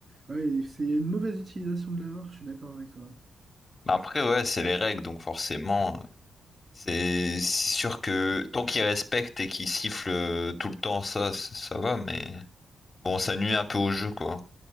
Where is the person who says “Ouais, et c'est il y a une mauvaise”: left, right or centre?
Right